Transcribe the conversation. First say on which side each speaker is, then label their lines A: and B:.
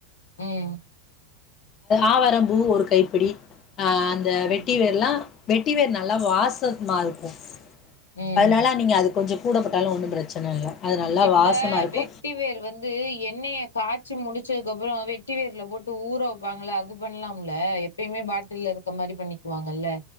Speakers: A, on the left (about 70°); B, on the left (about 30°).
A: உம்
B: ஆவரம்பூ ஒரு கைப்பிடி ஆஹ் அந்த
A: ம்
B: வெட்டி வேர்ல்லா வெட்டி வேர் நல்லா வாசமா இருக்கும்
A: ம்
B: அதனால நீங்க அதுக் கொஞ்சம் கூட போட்டாலும் ஒன்றும் பிரச்சனை இல்ல அது நல்லா
A: இப்ப
B: வாசமா இருக்கு
A: வெட்டி வேர் வந்து எண்ணனெய காச் சி முடிச்சதுக்கப்புறம் வெட்டி வேர்ல போட்டு ஊற வைப்பாங்கள அது பண்ணலாம்ல எப்பயுமே பாட்டில்ல இருக்க மாரி பண்ணிக்குவாங்கல்ல